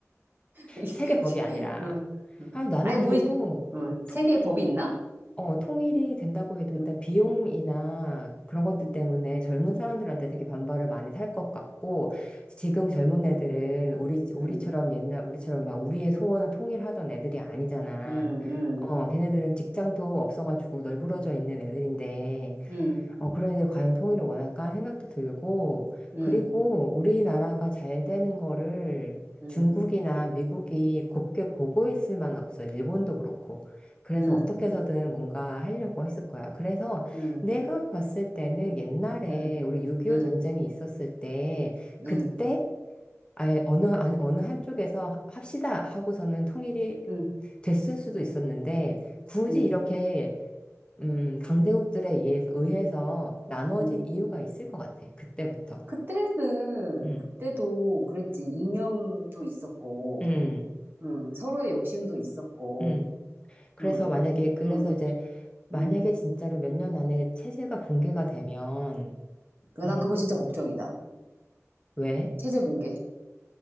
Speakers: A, on the right; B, on the left.
A: <laughs>
B: 세계 법이 아니라.
A: 응, 응.
B: 아, 나는
A: 아니,
B: 그리고
A: 뭐, 응. 세계에
B: 통일이
A: 법이 있나?
B: 어,
A: 응,
B: 통일이 된다고 해도
A: 응,
B: 일단 비용이나 그런 것들
A: 응,
B: 때문에 젊은 사람들한테 되게 반발을 많이 살 것 같고, 지금 젊은 애들은 우리, 우리처럼
A: 응,
B: 옛날, 우리처럼 막 우리의 소원은 통일하던 애들이 아니잖아.
A: 응, 응,
B: 어, 걔네들은 직장도 없어가지고 널브러져 있는 애들인데,
A: 응,
B: 어, 그런데 과연 통일을 원할까 생각도 들고,
A: 응,
B: 그리고 우리나라가 잘 되는 거를
A: 응,
B: 중국이나 미국이 곱게 보고 있을 만은 없어. 일본도 그렇고. 그래서
A: 응,
B: 어떻게 해서든 뭔가 하려고 했을 거야. 그래서
A: 응,
B: 내가 봤을 때는 옛날에
A: 응,
B: 우리 6.25
A: 응,
B: 전쟁이 있었을 때, 그때
A: 응,
B: 아예 어느, 한- 어느 한쪽에서 합시다 하고서는 통일이
A: 응,
B: 됐을 수도 있었는데, 굳이
A: 응, 응.
B: 이렇게 음, 강대국들에 의해서, 의해서 나눠진
A: 응.
B: 이유가 있을 것 같아. 그때부터.
A: 그때는,
B: 음,
A: 그때도 그랬지. 이념도 있었고,
B: 음,
A: 응, 서로의 욕심도 있었고,
B: 음. 그래서
A: 응,
B: 만약에, 그래서
A: 응,
B: 이제, 만약에
A: 응.
B: 진짜로 몇 년 안에 체제가 붕괴가 되면,
A: 난
B: 음,
A: 그거 진짜 걱정이다.
B: 왜?
A: 체제 붕괴.